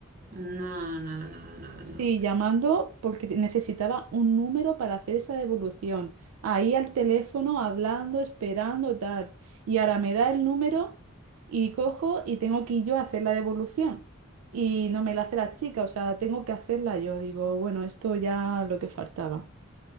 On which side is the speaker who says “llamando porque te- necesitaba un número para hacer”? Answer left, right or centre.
Right